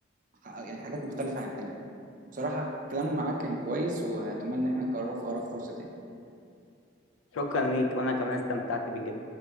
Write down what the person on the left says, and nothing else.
شكرا ليك وأنا كمان استمتعت بيك جدا.